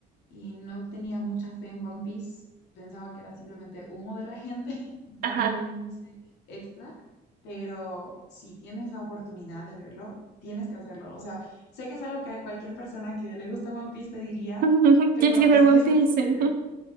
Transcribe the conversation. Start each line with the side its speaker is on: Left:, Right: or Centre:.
Left: y no tenía mucha fe en One Piece. Pensaba que era simplemente humo de la gente <laughs> dándole,
Right: Ajá.
Left: no sé, extra. Pero si tienes la oportunidad de verlo, tienes que hacerlo. O sea, sé que es algo que cualquier persona que le gusta One Piece te diría,
Right: <laughs>
Left: pero
Right: Tienes que ver
Left: es
Right: One
Left: que es
Right: Piece.
Left: en serio.
Right: <laughs>